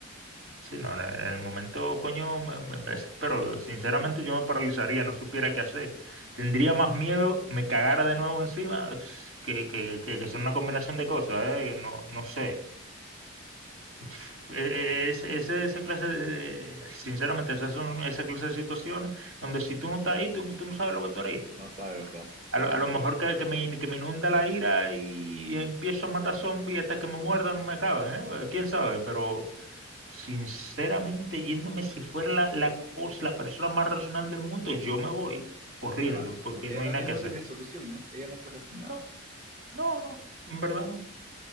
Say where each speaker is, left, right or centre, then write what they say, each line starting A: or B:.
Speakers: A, on the right; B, on the right.
A: Sí, no, en el momento, coño, me, me- me desespero. Sinceramente, yo me paralizaría, no supiera qué hacer. Tendría más miedo, me cagara de nuevo encima, <sniffs> que, que, que, que son una combinación de cosas, ¿eh? Que No, no sé. <sniffs> E- e- Ese, ese- esa clase de, sinceramente, esas son esa clase de situaciones donde si tú no estás ahí, tú, tú no sabes lo que tú harías.
B: no sabes lo que vas a hacer,
A: A lo, a
B: ¿no?
A: lo
B: Pero
A: mejor que, que me, que me inunda la ira y empiezo a matar zombies hasta que me muerdan, no me acaben, ¿eh? ¿Quién sabe? Pero... Sinceramente, yéndome, si fuera la, la cosa, la persona más racional del mundo, yo me voy corriendo
B: te vas,
A: porque
B: porque
A: no
B: ya no,
A: hay nada
B: ya
A: que
B: no
A: hacer.
B: tienes solución, ¿no? Ya no puedes hacer nada.
A: No, no, no, en verdad no.